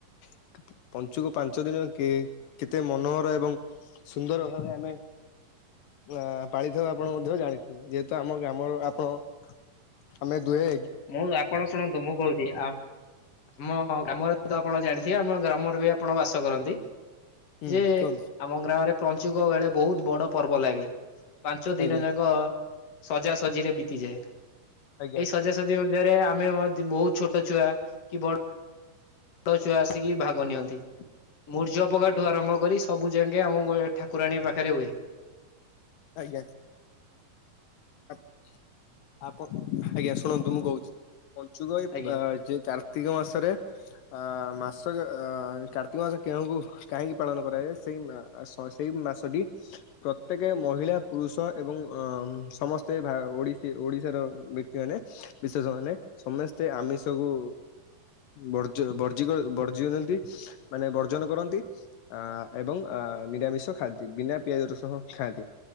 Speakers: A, on the left (about 80°); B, on the left (about 50°).
A: <inaudible> ପଞ୍ଚୁକୁ ପାଞ୍ଚ ଦିନ କେ କେତେ ମନୋହର ଏବଂ ସୁନ୍ଦର ଭାବେ ଆମେ ଆ ପାଳିଥାଉ ଆପଣ ମଧ୍ୟ ଜାଣି ଯେହେତୁ ଆମ ଗ୍ରମର ଆପଣ ଆମେ ଦୁହେଁ
B: ମୁଁ, ଆପଣ ଶୁଣନ୍ତୁ ମୁଁ କହୁଛି ଆ ଆମ ଗ୍ରାମରେ ତ ଆପଣ ଜାଣିଥିବେ। ଆମ ଗ୍ରାମରେ ବି ଆପଣ ବାସ କରନ୍ତି
A: ହୁଁ
B: ଯେ
A: କୁହନ୍ତୁ
B: ଆମ ଗ୍ରାମରେ ପଞ୍ଚୁକ ବେଳେ ବହୁତ ବଡ ପର୍ବ ଲାଗେ ପାଞ୍ଚ ଦିନ
A: ଆଜ୍ଞା
B: ଯାକ ସଜାସଜି ରେ ବିତିଯାଏ।
A: ଆଜ୍ଞା
B: ଏଇ ସଜାସଜି ରି ମଧ୍ୟରେ ଆମେ ମଧ୍ୟ ବହୁତ୍ ଛୋଟ ଛୁଆ କି ବଡ ବଡ ଛୁଆ ଆସିକି ଭାଗ ନିଅନ୍ତି। ମୂର୍ଯ୍ୟ ପକାଠୁ ଆରମ୍ଭ କରି ସବୁ ଯାଙ୍କେ ଆମ ଗ ଠାକୁରାଣୀ ପାଖରେ ହୁଏ।
A: ଆଜ୍ଞା। ଆପ୍ ଆପ, ଆଜ୍ଞା ଶୁଣନ୍ତୁ ମୁଁ କହୁଛି। ପଞ୍ଚୁକ ଏ
B: ଆଜ୍ଞା।
A: ଯେ କାର୍ତ୍ତିକ ମାସରେ ଆ ମାସ ଯ ଅ କାର୍ତ୍ତିକ ମାସ କେଉଁକୁ କାହିଁକି ପାଳନ କରାଯାଏ ସେଇ ମା ସ ସେଇ ମାସଟି ପ୍ରତେକେ ମହିଳା ପୁରୁଷ ଏବଂ ଅ ସମସ୍ତେ ଭା ଓଡିଶି ଓଡିଶାର ବ୍ୟକ୍ତି ମାନେ ବିଶେଷ ମାନେ ସମସ୍ତେ ଆମିଷକୁ ବର୍ଜୁ ବର୍ଜି କ ବର୍ଜି କରିଦିଅନ୍ତି। ମାନେ ବର୍ଜନ କରନ୍ତି ଆ ଏବଂ ଆ ନିରାମିଷ ଖାଆନ୍ତି ବିନା ପିଆଜ ରସୁଣ ଖାଆନ୍ତି।